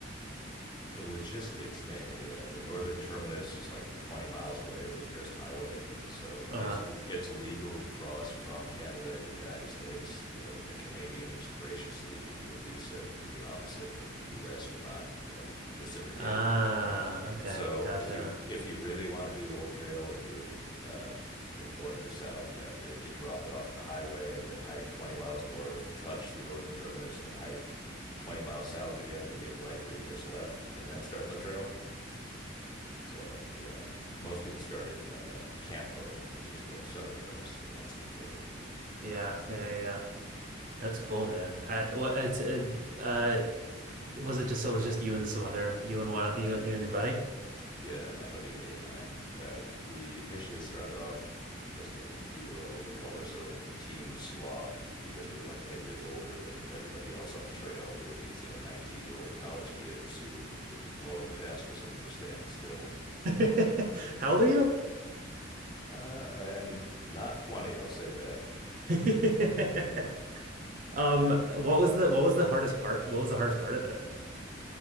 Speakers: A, on the left; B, on the right.
A: the logistics mainly, uh, the northern terminus is like 20 miles away from the nearest highway. So, and
B: Uh-huh.
A: it's it's illegal to cross from Canada into the United States. The the Canadians graciously give you a visa to do the opposite, but the U.S. will not, you know, reciprocate.
B: Ah, okay,
A: So
B: gotcha.
A: if you if you really want to do the whole trail and do it, uh, you know, north to south, you have to get dropped off at the highway, then hike 20 miles north, touch the northern terminus, and then hike 20 miles south again to get right where you just left, and then start the trail. So yeah, most people start in uh, Campo, which is the southern terminus of the Mexican border.
B: Yeah, yeah, yeah. yeah. That's cool, man. I, well, it's uh, uh, was it just so it was just you and some other you and one you you and your buddy?
A: Yeah, my buddy Nate and I, uh, we initially started off just like a duo. We called ourselves Team Sloth because we were like 10 years older than everybody else on the trail, who were these, you know, 19 year old college kids who were blowing past us like we were standing still.
B: <laughs> How old are you?
A: Uh, I'm not 20, I'll say that.
B: <laughs> Um, what was the what was the hardest part? What was the hardest part of it?